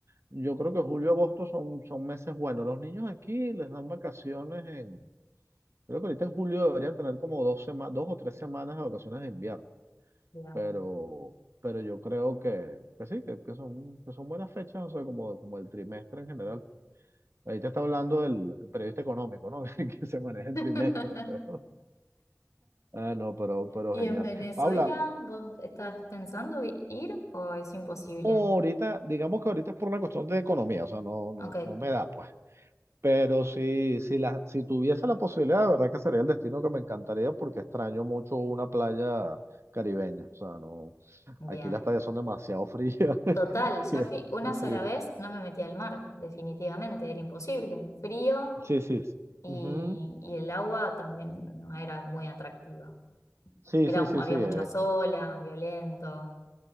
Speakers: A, on the right (about 55°); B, on the left (about 75°).
A: yo creo que julio agosto son, son meses buenos. Los niños aquí les dan vacaciones en, creo que ahorita en julio deberían tener como dos semanas, dos o tres semanas de vacaciones de invierno,
B: bien.
A: pero, pero yo creo que, que sí, que, que son, que son buenas fechas, o sea, como, como el trimestre en general. Ahí te está hablando el, el periodista económico, ¿no? <laughs> Que se maneja en trimestres.
B: <laughs>
A: pues. Ah, no, pero, pero
B: ¿Y
A: genial.
B: en Venezuela
A: Paula,
B: vos estás pensando vi- ir o es imposible?
A: no, ahorita, digamos que ahorita es por una cuestión de economía, o sea, no, no,
B: Ok,
A: no me da, pues. Pero si, si, la, si tuviese la posibilidad, de verdad que sería el destino que me encantaría porque extraño mucho una playa caribeña. O sea, no,
B: bien.
A: aquí las playas son demasiado frías. <laughs>
B: Total, yo
A: Y es-
B: fui una sola
A: Sí,
B: vez, no me metí al mar, definitivamente, era imposible. Frío
A: sí, sí. sí.
B: y,
A: Ujú.
B: y el agua también no era muy atractiva.
A: Sí,
B: Era,
A: sí,
B: mu-
A: sí,
B: había
A: sí. eh,
B: muchas olas, violento.